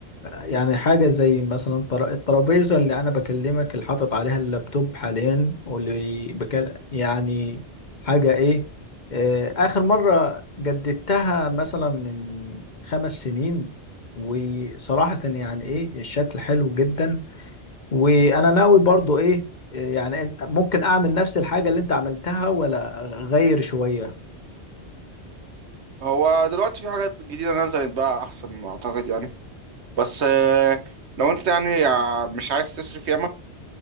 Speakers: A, on the left; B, on the right.
A: يعني حاجه زي مثلا طر- الترابيزه اللي انا بكلمك اللي حاطط عليها اللابتوب حاليا واللي بكل يعني حاجه ايه آه، اخر مره جددتها مثلا من خمس سنين وصراحه يعني ايه الشكل حلو جدا وانا ناوي برضو ايه آه، يعني إن- ممكن اعمل نفس الحاجه اللي انت عملتها ولا اغير شويه
B: هو دلوقتي في حاجات جديدة نزلت بقى أحسن ما أعتقد يعني بس آه، لو أنت يعني آه، مش عايز تصرف ياما